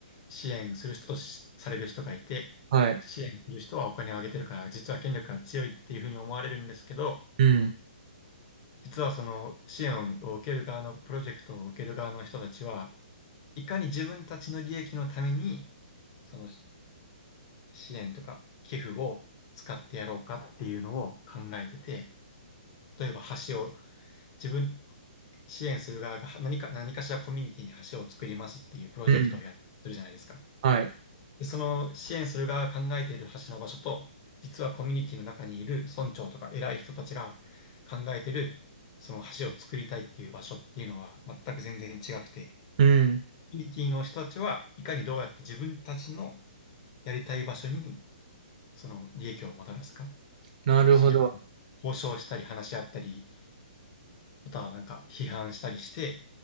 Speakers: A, on the left; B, on the right.
A: 支援する人としされる人がいて、
B: はい。
A: 支援する人はお金をあげてるから、実は権力が強いっていうふうに思われるんですけど、
B: うん。
A: 実はその支援を受ける側のプロジェクトを受ける側の人たちは、いかに自分たちの利益のために、そのし支援とか寄付を使ってやろうかっていうのを考えてて、例えば橋を自分、支援する側がは何か、何かしらコミュニティに橋を作りますっていうプロジェクトをやってるじゃないですか。
B: うん。はい。
A: で、その支援する側が考えている橋の場所と、実はコミュニティの中にいる村長とか偉い人たちが考えているその橋を作りたいっていう場所っていうのは全く全然違くて、コ
B: うん。
A: ミュニティの人たちはいかにどうやって自分たちのやりたい場所にその利益をもたらすか、
B: なるほど。
A: それを交渉したり話し合ったり、またはなんか批判したりして、